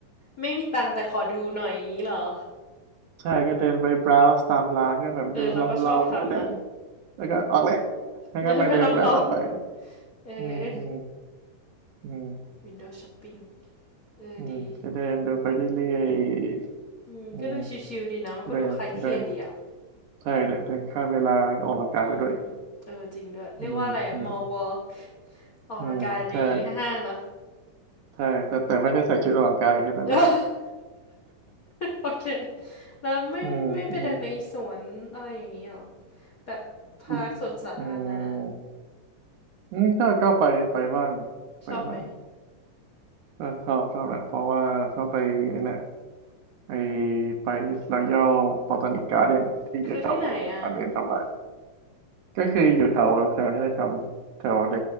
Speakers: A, on the left; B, on the right.
A: ไม่มีตังค์แต่ขอดูหน่อยอย่างนี้เหรอ
B: ใช่ก็เดินไป browse ตามร้านก็แบบดูลองๆแล้วก็เดิน
A: เออเราก็ชอบทำนะ
B: แล้วก็ออกแล้วแล้วก็ไปเดินแวะต่อไป
A: เดินไปลองๆเออ
B: อืมอืมอืม
A: Windows Shopping เออดี
B: อืมจะเดินดูไปเรื่อยๆอืม
A: อืมก็ดูชิวๆดีนะมันก็ดูคลายเครียดดีอะ
B: เดินเดินใช่เดินเดินข้าเวลาออกกำลังกายไปด้วย
A: อืมเออจริงด้วยเรียกว่าอะไรอะ
B: อืมอืม
A: mall walk ออกกำลังกายในห้างเนาะ
B: อืมใช่ใช่แต่แต่ไม่ได้ใส่ชุดออกกำลังกายแค่นั้นแหละ
A: <laughs> โอเคแล้วไม่ไม่ไปเดินในสวนอะไรอย่างนี้หรอ
B: <laughs> อืมอืม
A: แบบพาร์คสวนสาธารณะ
B: อืมอืมก็ก็ไปไปบ้างไปบ้าง
A: ชอบไหม
B: ก็ชอบชอบนะเพราะว่าชอบไปไอ้เนี่ย ไอไปรอยัลบอตานิกการ์เดนที่อยู่แถวซันเดนทับบ้าน
A: คือที่ไหนอ่ะ
B: ก็คืออยู่แถวแถวนี้เลยแถวแถวใน